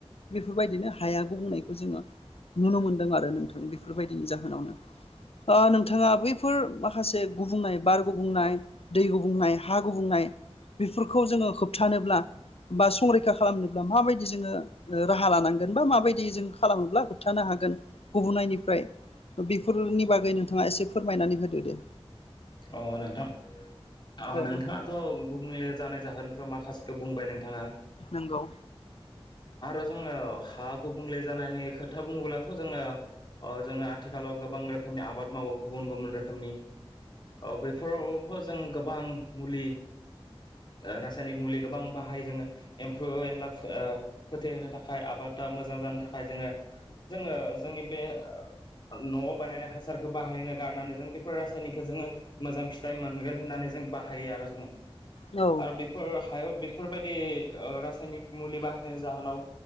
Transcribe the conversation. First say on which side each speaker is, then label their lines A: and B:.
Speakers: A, on the left (about 75°); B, on the left (about 50°).
A: बेफोरबायदिनो हाया गुबुंनायखौ जोङो नुनो मोनदों आरो नोंथां बेफोरबायदिनि जाहोनावनो। ओ नोंथां बिथाङा बैफोर माखासे गुबुंनाय बार गुबुंनाय दै गुबुंनाय हा गुबुंनाय बेफोरखौ जोङो होबथानोब्ला बा संरैखा खालामनोब्ला माबायदि जोङो राहा लानांगोन बा माबायदि जों खालामोब्ला होबथानो हागोन गुबुनायनिफ्राय बेफोरनि बागै नोंथाङा एसे फोरमायनानै होदो दे।
B: अ नोंथां
A: औ
B: नोंथाङाथ' गुबुंले जानाय जाहोनफ्राव माखासेखौ बुंबाय नों थाङा
A: नंगौ
B: आरो जोङो हा गुबुंले जानायनि खोथा बुङोब्लाथ' जोङो अ जोङो आथिखालाव गोबां रोखोमनि आबाद मावो गुबुन गुबुन रोखोमनि औ बेफोरावथ' जों गोबां मुलि। रासायनिक मुलि गोबां बाहायो जोङो एम्फौ एनला ओ फोथेहोनो थाखाय आबादा मोजां जानो थाखाय जोङो जोङो जोंनि बे न'आव बानायनानै हासारखौ बाहायनो गारनानै जों बेफोर रासायनिकखो जोङो मोजां फिथाइ मोनगोन होननानै जों बाहायो आरो जोङो
A: औ
B: आरो बे फोर हायाव बेफोरबायदि ओ रासायनिक मुलि बाहायनायनि जाहोनाव